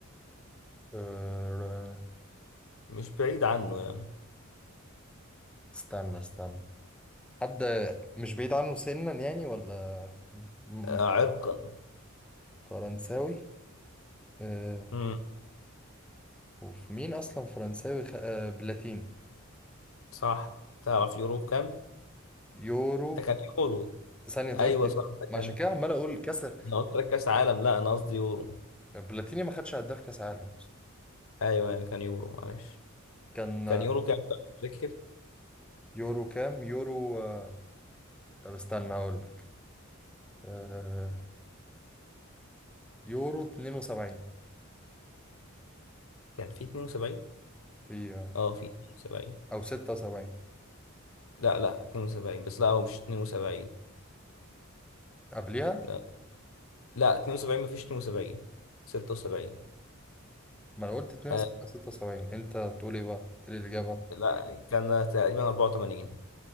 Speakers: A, in the centre; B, on the left (about 70°).
A: آه،
B: مش بعيد عنه يعني
A: استنى استنى حد مش بعيد عنه سنا يعني ولا م-
B: آه عرقا
A: فرنساوي آه
B: امم
A: وفي مين اصلا فرنساوي خ... آه بلاتيني
B: صح تعرف يورو كام
A: يورو
B: ده كان يورو
A: ثانية انت
B: ايوه
A: قلت
B: صح ده
A: ما
B: كان
A: عشان كده عمال اقول كسر
B: انا قلت لك كاس عالم لا انا قصدي يورو
A: بلاتيني ما خدش هداف كاس عالم أصلاً.
B: ايوه يعني كان يورو معلش
A: كان
B: كان
A: آه،
B: يورو كام طب فاكر
A: يورو كام يورو آه طب استنى هقول لك آه يورو 72
B: كان في 72
A: في آه،
B: اه في 72
A: او 76
B: لا لا 72 بس لا هو مش 72
A: قبلها
B: لا لا 72 مفيش 72 76
A: ما انا قلت 72
B: آه
A: 76 انت تقول ايه بقى ايه الاجابة
B: لا كان تقريبا 84